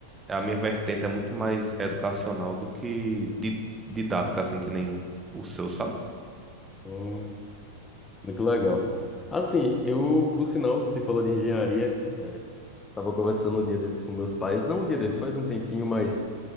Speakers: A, on the right; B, on the left.
A: a minha vertente é muito mais educacional do que di- didática, assim, que nem o seu, sabe?
B: Hum, muito legal. Assim, eu, por sinal, você falou de engenharia, estava conversando um dia desses com meus pais, não um dia desses, faz um tempinho, mas